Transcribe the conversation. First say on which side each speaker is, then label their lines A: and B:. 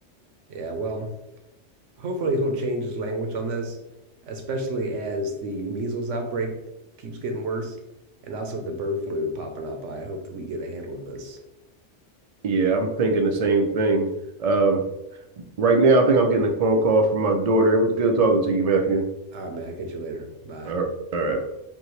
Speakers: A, on the right; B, on the right.
A: Yeah, well, Hopefully he'll change his language on this, especially as the measles outbreak keeps getting worse and also the bird flu popping up. I hope that we get a handle of this.
B: yeah i'm thinking the same thing um, right now i think i'm getting a phone call from my daughter it was good talking to you matthew
A: All right, man, I'll catch you later. Bye.
B: all right, all right.